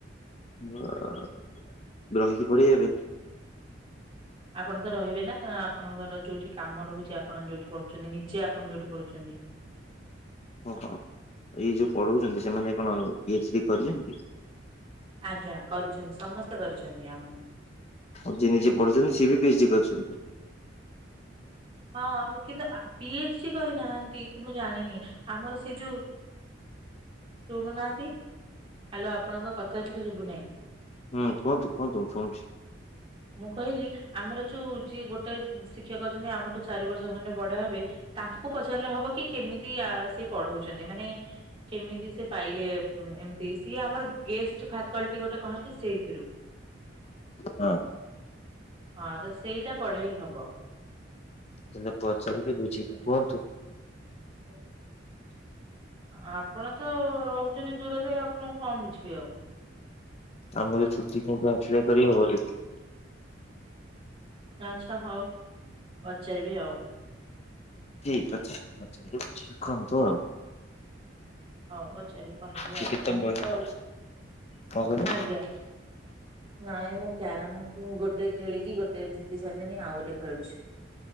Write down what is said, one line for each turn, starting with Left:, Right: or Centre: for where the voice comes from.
Left: ହଁ ରହିକି ପଢେଇ ବା ପାଇଁ?
Right: ଆପଣ ତ ରହିବେ ନା କ ଆପଣଙ୍କର ଯୋଉଠି କାମ ରହୁଚି ଆପଣ ଯୋଉଠି ପଢ଼ୁଚନ୍ତି ନିଜେ ଆପଣ ଯୋଉଠି ପଢୁଛନ୍ତି।
Left: ଓହୋ ଏଇ ଯୋଉ ପଢଉଚନ୍ତି ସେମାନେ କଣ ପି ଏଚ ଡି କରିଚନ୍ତି?
Right: ଆଜ୍ଞା କରିଚନ୍ତି ସମସ୍ତେ କରିଚନ୍ତି ଆମର।
Left: ହଉ ଯିଏ ନିଜେ ପଢିଚନ୍ତି ସିଏ ବି ପି ଏଚ୍ ଡି କରିଚନ୍ତି?
Right: ହଁ କିନ୍ତୁ ଆ ପି ଏଚ ଡି କରିନାହାନ୍ତି କି ମୁଁ ଜାଣିନି ଆମର ସେ ଯୋଉ ଶୁଣୁନାହାନ୍ତି ହାଲୋ ଆପଣଙ୍କ କଥା ଟିକେ ଶୁଭୁନାହିଁ।
Left: ହୁଁ କହନ୍ତୁ କୁହନ୍ତୁ ଶୁଣୁଚି।
Right: ମୁଁ କହିଲି ଆମର ଯୋଉ ଯିଏ ଗୋଟେ ଶିକ୍ଷକ ଅଛନ୍ତି ଆମଠୁ ଚାରି ବର୍ଷ ଖଣ୍ଡେ ବଡ ହେବେ ତାଙ୍କୁ ପଚାରିଲେ ହବ କି କେମିତି ଆ ସେ ପଢଉଚନ୍ତି ମାନେ କେମିତି ସେ ପାଇଲେ ଏ ଏମିତି ସିଏ ଆମର ଗେଷ୍ଟ ଫାକଲଟି ଗୋଟେ କହନ୍ତି ସେଇଥିରୁ
Left: ହଁ
Right: ହଁ ତ ସେଇଟା ପଢେଇ ହିଁ ହବ।
Left: ତାଲେ ପଚାରିକି ବୁଝିକି କୁହନ୍ତୁ।
Right: <inaudible> ଆ ଆପଣ ତ ରହୁଚନ୍ତି ଦୂରରେ। ଆପଣଙ୍କୁ କଣ ବୁଝିବେ ଆଉ?
Left: ଆମର ଛୁଟି ଫାଙ୍କା ଅଛି ଯାଇ କରି ହବ ସେଠି?
Right: ଆଚ୍ଛା ହଉ ପଚାରିବି ଆଉ?
Left: ଠିକ ଅଛି। ଆଛା ଇଏ ଶିଖନ୍ତୁ ଆଉ।
Right: ହଉ ପଚାରିକି କହିବି
Left: ସେ
Right: ଆଉ।
Left: କେତେ
Right: ମୁଁ
Left: ବୟସ
Right: ତ
Left: କଣ କହିଲେ?
Right: ଆଜ୍ଞା ନାଇ ମୁଁ କ୍ୟାରାମ ଉଁ ଗୋଟେ ଖେଳିକି ଗୋଟେ ଜିତି ସାରିଲିଣି, ଆଉ ଗୋଟେ ଖେଳୁଚି।